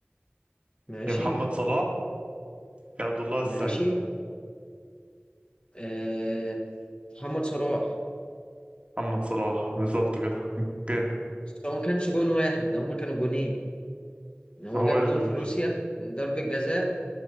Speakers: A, on the left (about 25°); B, on the right (about 30°).
A: ماشي
B: يا محمد صلاح يا عبد الله السعيد
A: ماشي آه... محمد صلاح
B: محمد صلاح بالظبط كده جامد
A: بس هو ما كانش جون واحد ده هما كانوا جونين ان هو
B: هو
A: جاب
B: ال...
A: جون في روسيا من ضربة جزاء